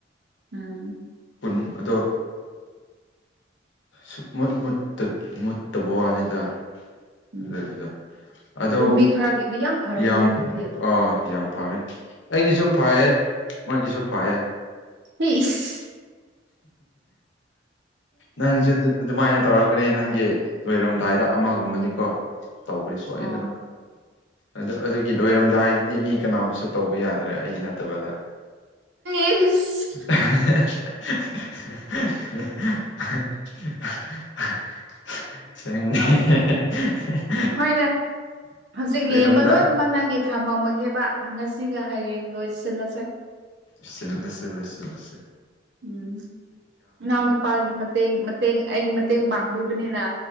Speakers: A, on the right; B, on the left.
A: ꯎꯝ
B: ꯀꯨꯟ ꯑꯗꯣ ꯁꯨꯨꯃꯨꯠ ꯃꯨꯠꯇ-ꯃꯨꯠꯇꯕ ꯋꯥꯅꯤꯗ
A: ꯎꯝ
B: ꯑꯗꯨꯒꯤꯗꯣ ꯑꯗꯣ
A: ꯑꯗꯨ ꯃꯤ ꯈꯔꯒꯤꯗꯤ ꯐꯔꯦꯅ
B: ꯌꯥꯝ
A: ꯑꯗꯨꯗꯤ
B: ꯑ ꯌꯥꯝ ꯐꯔꯦ ꯑꯩꯒꯤꯁꯨ ꯐꯌꯦ ꯃꯣꯏꯒꯤꯁꯨ ꯐꯌꯦ
A: ꯏꯁ
B: ꯅꯪꯁꯨꯗꯨ ꯑꯗꯨꯃꯥꯏꯅ ꯇꯧꯔꯛꯀꯅꯤ ꯅꯪꯒꯤ ꯂꯣꯏꯔꯝꯗꯥꯏꯗ ꯑꯃꯒꯨꯝꯕꯗꯤꯀꯣ ꯇꯧꯕꯅꯤ ꯁꯣꯏꯗꯅ
A: ꯑꯣ
B: ꯑꯗꯨ ꯑꯗꯨꯒꯤ ꯂꯣꯏꯔꯝꯗꯥꯏꯗꯗꯤ ꯃꯤ ꯀꯅꯥꯕꯨꯁꯨ ꯇꯧꯕ ꯌꯥꯗ꯭ꯔꯦ ꯑꯩ ꯅꯠꯇꯕꯗ
A: ꯢꯁ
B: <unintelligible> <unintelligible>
A: ꯍꯣꯏꯅꯦ ꯍꯧꯖꯤꯛ
B: ꯂꯩꯔꯝꯗꯥꯏ
A: ꯂꯦꯝꯕ ꯂꯣꯏꯅ ꯃꯟ ꯅꯪꯒꯤ ꯊꯝꯃꯝꯃꯒꯦꯕ ꯉꯁꯤꯒ ꯍꯥꯏꯌꯦ ꯂꯣꯏꯁꯤꯜꯂꯁꯦ꯫
B: ꯂꯣꯏꯁꯤꯜ ꯂꯥꯁꯦ ꯂꯣꯏꯁꯤꯜ ꯂꯥꯁꯦ꯫
A: ꯎꯝ ꯏꯅꯥꯎ ꯅꯨꯄꯥꯒꯤ ꯃꯇꯦꯡ ꯃꯇꯦꯡ ꯑꯩꯒꯤ ꯃꯇꯦꯡ ꯄꯥꯡꯕꯤꯕꯅꯤꯅ꯫